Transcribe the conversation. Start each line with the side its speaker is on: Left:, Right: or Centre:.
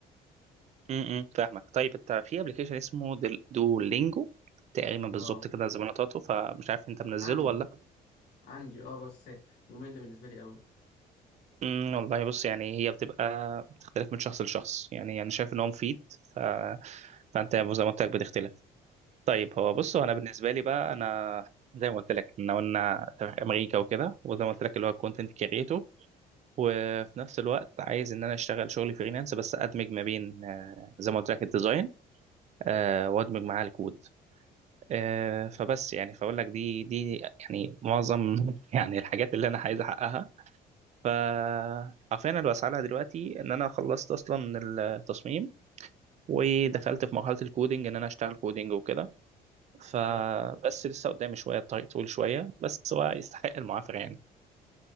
Right: امم فاهمك طيب انت في ابلكيشن اسمه دولينجو تقريبا بالظبط
Left: اه
Right: كده زي ما نطقته فمش عارف انت منزله
Left: عندي
Right: ولا
Left: عندي اه بس ممل بالنسبه لي قوي
Right: امم والله بص يعني هي بتبقى بتختلف من شخص لشخص يعني انا شايف ان هو مفيد ف... فانت زي ما قلت لك بتختلف طيب هو
Left: م،
Right: بص هو انا بالنسبه لي بقى انا زي ما قلت لك احنا قلنا امريكا وكده وزي ما قلت لك اللي هو الكونتنت كريتور وفي نفس الوقت عايز ان انا اشتغل شغل فريلانس بس ادمج ما بين آه، زي ما قلت لك الديزاين آه، وادمج معاه الكود آه، فبس يعني فاقول لك دي دي يعني معظم <laughs> يعني الحاجات اللي انا عايز احققها ف حرفيا انا بسعى دلوقتي ان انا خلصت اصلا التصميم ودخلت في مرحله الكودينج ان انا اشتغل كودينج وكده فبس
Left: حلو
Right: لسه قدامي شويه الطريق طويل شويه بس هو يستحق المعافره يعني